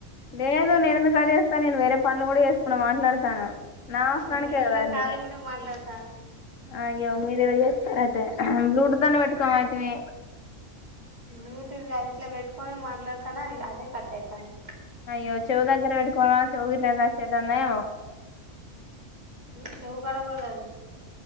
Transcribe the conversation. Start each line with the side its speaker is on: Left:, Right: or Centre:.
Left: లేదు నేనుందు కాని చేస్తాను నేను వేరే పనులు కూడా చేసుకున్నా మాట్లాడతాను నా అవసరానికే
Right: మ నిన్
Left: కదా
Right: కూడా
Left: అండి
Right: ఖాలి కూడాడ మాట్లాడతా
Left: అయ్యో మీరు ఏదో చేస్తార అయితే బ్లూటూత్ అన్న పెట్టుకోమ అయితే మీ
Right: బ్లూటూత్ గదు ఇట్లా పెట్టుకనే మాట్లాడతానా అదే కట్ అయితాంది
Left: అయ్యో చెవు దగ్గర పెట్టుకోవ చవు గదదందయ
Right: చెవుకాడ అ